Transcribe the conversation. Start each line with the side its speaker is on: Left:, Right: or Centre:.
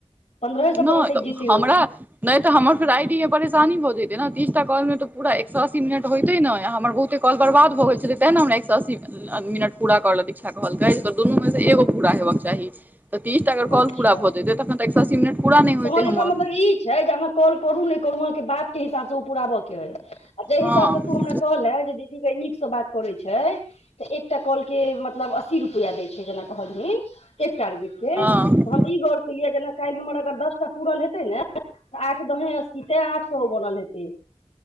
Left: पन्द्रहे सौ
Right: नहि
Left: पर अटकि
Right: तऽ
Left: जैतै
Right: हमरा
Left: ओ
Right: नहि तऽ हमर आइडी मे परेशानी भऽ जैयतै नऽ तीसटा कॉल मे तऽ पुरा एक सौ अस्सी मिनट होयेत नै हमर बहुते कॉल बर्बाद भऽ गेल छलै ते ने हमरा एक सए अस्सीमे आ मिनट पूरा करलत इच्छा कहलकै दुनू मे से एगो पूरा हेबाक चाही तऽ तीसटा अगर
Left: अच्छा
Right: कॉल पूरा भऽ जेतै तखन तऽ एक सौ अस्सी मिनट पूरा नहि होइतै
Left: तहन एकर
Right: हमर
Left: मतलब ई छै जे अहाँ कॉल करू नहि करू अहाँके बात के हिसाब से ओ पुराबऽ के अय आ जाहि
Right: हँ
Left: हिसाब से तू हमरा कहलें जे दीदी गै नीक से बात करै छै तऽ एकटा कॉल के मतलब अस्सी रुपैआ दै छै जेना कहलिन एक टारगेट तऽ
Right: हँ
Left: हम ई गौर केलियै जेना काल्हि हमर अगर दस टा पुरल हेतै ने आठ दाहें अस्सी तेँ आठ सए ओ बनल हेतै